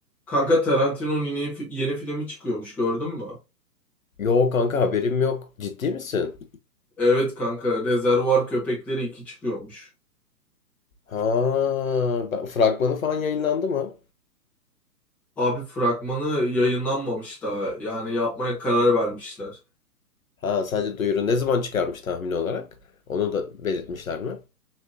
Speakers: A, in the centre; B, on the left.
A: Kanka Tarantino'nun yeni, fi- yeni filmi çıkıyormuş gördün mü?
B: Yo kanka haberim yok. Ciddi misin?
A: Evet kanka Rezervuar Köpekleri 2 çıkıyormuş.
B: Ha, ben- fragmanı falan yayınlandı mı?
A: Abi fragmanı yayınlanmamış daha. Yani yapmaya karar vermişler.
B: Ha sadece duyuru. Ne zaman çıkarmış tahmin olarak? Onu da belirtmişler mi?